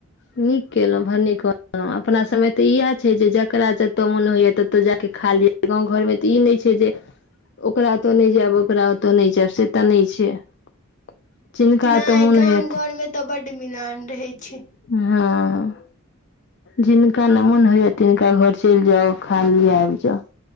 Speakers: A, on the left; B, on the left.
A: नीक केलहुँ भने कहलहु अपना सभमे तऽ इएह छै जे जकरा जतय मोन होइया ततय जा कऽ खा लिय गाँव घरमे तऽ ई नहि छै जे ओकरा ओतऽ नहि जायब। ओकरा ओतो नहि छै आब से तऽ नहि छै। <unintelligible>
B: नहि
A: ओतऽ मोन
B: गाम
A: होयत
B: घर मे तऽ बड। <unintelligible> मिलान।
A: <unintelligible>
B: <unintelligible> छै
A: हँ- जिनका नमन होइ या। तिनका घर चलि जाउ खाली आबि जाउ।